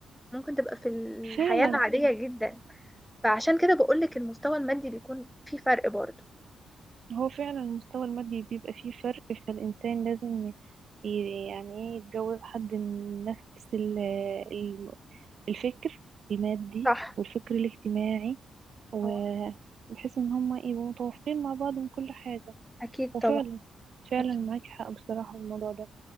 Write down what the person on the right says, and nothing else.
فعلا
هو فعلا المستوى المادي بيبقى فيه فرق فالإنسان لازم ي- يعني ايه يتجوز حد من نفس ال- ال- الفكر المادي
والفكر الاجتماعي وبحيث
ان هما يبقوا متوافقين مع بعض من كل حاجة
وفعلا
فعلا
معاكي حق بصراحة في الموضوع ده